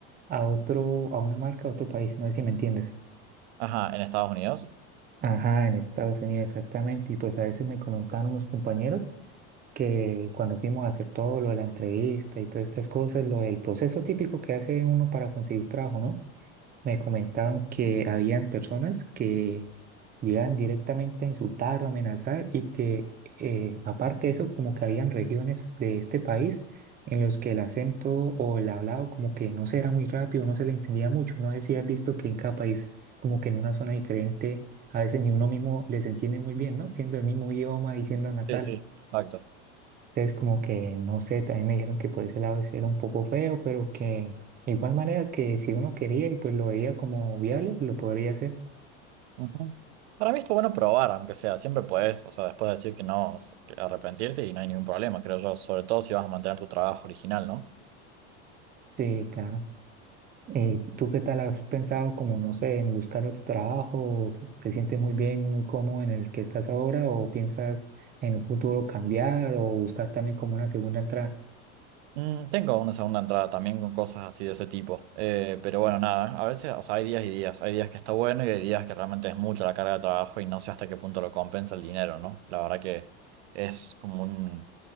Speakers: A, on the right; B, on the right.
A: a otro, a una marca, a otro país, no sé si me entiendes.
B: Ajá, en Estados Unidos.
A: Ajá, en Estados Unidos exactamente. Y pues a veces me comentaron unos compañeros que cuando fuimos a hacer todo lo de la entrevista y todas estas cosas, lo del proceso típico que hace uno para conseguir trabajo, ¿no? me comentaban que habían personas que llegan directamente a insultar o amenazar y que eh, aparte de eso, como que habían regiones de este país en los que el acento o el hablado como que no se era muy rápido, no se le entendía mucho. No sé si has visto que en cada país, como que en una zona diferente, a veces ni uno mismo les entiende muy bien, ¿no? Siendo el mismo idioma y siendo natal.
B: Sí, sí, exacto.
A: Entonces, como que, no sé, también me dijeron que por ese lado ese era un poco feo, pero que de igual manera que si uno quería y pues lo veía como viable, lo podría hacer.
B: Ujú. Para mí está bueno probar, aunque sea, siempre puedes, o sea, después decir que no, que arrepentirte y no hay ningún problema, creo yo, sobre todo si vas a mantener tu trabajo original, ¿no?
A: Sí, claro. ¿Y tú qué tal has pensado como, no sé, en buscar otro trabajo? o si ¿Te sientes muy bien, y muy cómodo en el que estás ahora o piensas en un futuro cambiar o buscar también como una segunda entrada?
B: Mm, tengo una segunda entrada también con cosas así de ese tipo, eh, pero bueno, nada, a veces, o sea, hay días y días, hay días que está bueno y hay días que realmente es mucha la carga de trabajo y no sé hasta qué punto lo compensa el dinero, ¿no? La verdad que es como un,